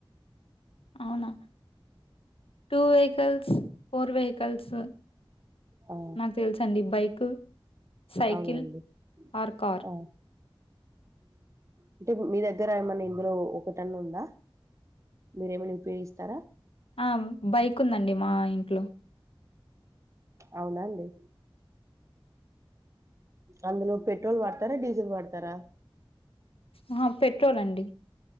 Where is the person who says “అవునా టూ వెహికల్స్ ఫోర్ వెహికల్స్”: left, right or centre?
Left